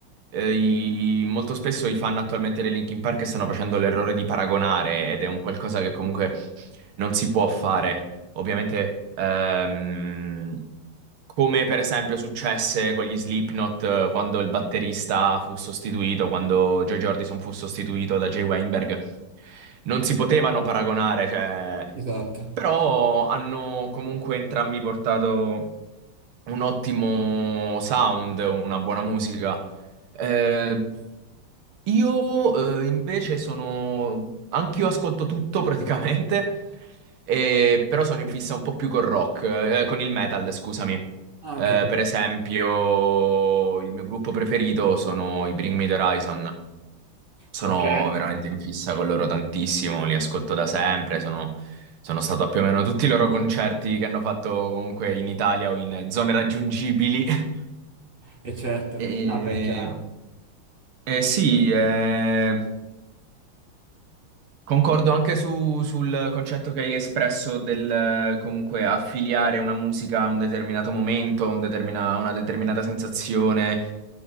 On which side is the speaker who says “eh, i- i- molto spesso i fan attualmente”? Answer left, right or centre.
Right